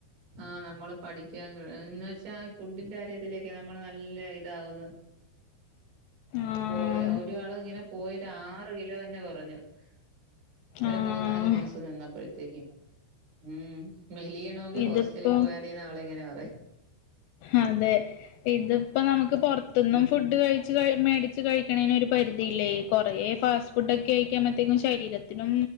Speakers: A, on the right; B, on the left.
A: ആ നമ്മള് പഠിക്കാൻ എന്നന്ന് വെച്ചാ ഫുഡിന്റെ കാര്യത്തിലൊക്കെ നമ്മൾ നല്ല ഇതാവുന്നു
B: ആഹ്
A: പോയ ഒരാള് ഇങ്ങനെ പോയ ആറ് കിലോ തന്നെ കുറഞ്ഞു <unintelligible> ഒരു
B: ആഹ്
A: മൂന്നാല് മാസം ഇന്നപ്പോൾ ശെരിയാ ഉം മെലിയണമെങ്കിൽ
B: ഇതിപ്പോ
A: ഹോസ്റ്റലിൽ പോയാ മതിന്ന് അവള ഇങ്ങനെ പറ
B: അതെ ഇതിപ്പോ നമുക്ക് പുറത്തുന്നു
A: ഉം
B: ഫുഡ് കഴിച്ച മേടി വച്ച് കഴിക്കുന്നേതിന ഒരു പരിധിയില്ലേ കുറെേ ഫാസ്റ്റ് ഫുഡ് ഒക്കെ കഴിക്കുമ്പോത്തേക്കും ശരീരം ശരീരത്തിനും